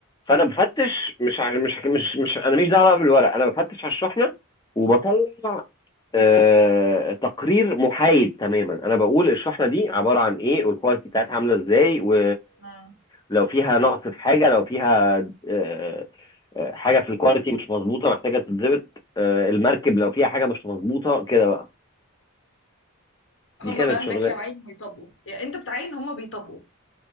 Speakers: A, on the left; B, on the left.
A: فأنا بفتش مش ع- مش مش مش أنا مش دعوة بقى بالورق أنا بفتش على الشحنة وبطلع آه، تقرير محايد تماما انا بقول الشحنه دي عباره عن ايه والكواليتي بتاعتها عامله ازاي و...
B: امم
A: لو فيها نقص في حاجه لو فيها آه، آه، حاجه في الكواليتي مش مظبوطه محتاجه تتظبط آه، المركب لو فيها حاجه مش مظبوطه كده بقى دي
B: هما
A: كانت
B: بقى هناك
A: شغلانه
B: يعاينوا ويطبقوا يعني انت بتعاين هما بيطبقوا